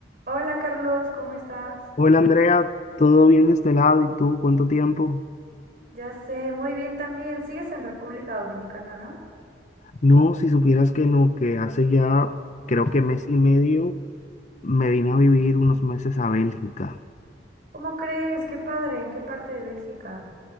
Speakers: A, on the right (about 50°); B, on the left (about 40°).
A: Hola Carlos, ¿cómo estás?
B: Hola Andrea, ¿todo bien de este lado? ¿Y tú cuánto tiempo?
A: Ya sé, muy bien también. ¿Sigues en República Dominicana?
B: No, si supieras que no, que hace ya creo que mes y medio me vine a vivir unos meses a Bélgica,
A: ¿Cómo crees? Qué padre, ¿en qué parte de Bélgica?